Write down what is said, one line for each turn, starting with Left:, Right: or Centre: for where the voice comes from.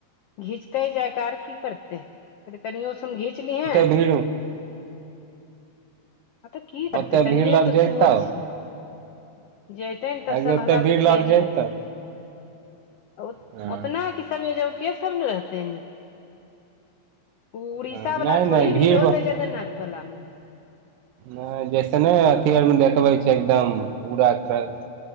Left: घीचतै ही जायकार की करते है ते तनीयों सन घिची लीहैं
Right: गेल
Left: तऽ की <unintelligible> हेतै
Right: ओते
Left: तनिए
Right: भीड़ लग
Left: तो
Right: जैतौ
Left: छुबय छै जैतै ने तऽ
Right: आगे
Left: सब
Right: ओते
Left: हलास
Right: भीड़
Left: से तऽ
Right: लग
Left: जाइये
Right: जैतौ
Left: रहै ओ
Right: हँ
Left: ओतना कि सभे <unintelligible> ज ओ के सभ ने रहतै ऐमे ओ उड़ीसा
Right: नहि
Left: वाला
Right: नहि
Left: थोड़ी भीड़ होतेै
Right: ब-
Left: जगन्नाथ वला मे
Right: नहि जैसे ने अथी आरमे देखबै छै एकदम पूरा घर